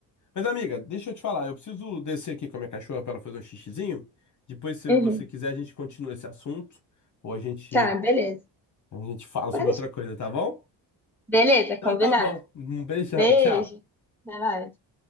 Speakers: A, on the left; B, in the centre.
A: Mas, amiga, deixa eu te falar. Eu preciso descer aqui com a minha cachorra pra ela fazer um xixizinho. Depois, se
B: Uhum.
A: você quiser, a gente continua esse assunto. Ou a gente,
B: Tá, beleza.
A: a gente fala sobre
B: Pode... deixar.
A: outra coisa, tá bom?
B: Beleza,
A: Então
B: combinado.
A: tá bom. Um beijão.
B: Beijo.
A: Tchau.
B: Até mais.